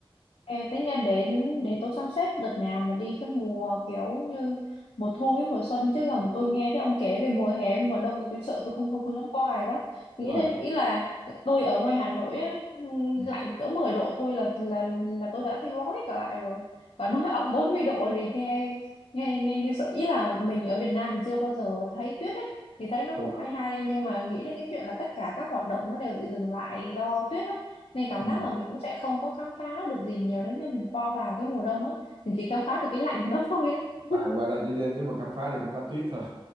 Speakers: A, on the left (about 80°); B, on the right (about 55°).
A: Ê, tính ra để để tôi sắp xếp đợt nào mà đi cái mùa kiểu như mùa thu với mùa xuân chứ
B: Đúng
A: còn tôi
B: rồi.
A: nghe thấy ông kể về mùa hè mùa đông là tôi sợ tôi không không không dám coi đó nghĩ
B: đúng rồi
A: đến ý là tôi ở ngoài Hà Nội á ừm,
B: ừ.
A: lạnh cỡ 10 độ thôi là là là tôi đã thấy gói cả lại rồi còn nói âm 40 độ thì nghe nghe nghe như sợ ý là mình ở Việt Nam mình chưa bao giờ thấy tuyết ấy thì thấy nó
B: đúng
A: cũng hay
B: rồi
A: hay nhưng mà nghĩ đến cái chuyện là tất cả các hoạt động nó đều bị dừng lại do tuyết á, nên cảm
B: ừ.
A: giác là mình cũng sẽ không có khám phá được gì nhiều nếu như mình qua vào cái mùa đông á. Mình chỉ khám phá được cái lạnh của nó thôi á. <laughs>
B: Và qua đây chỉ nếu mà khám phá thì khám phá tuyết thôi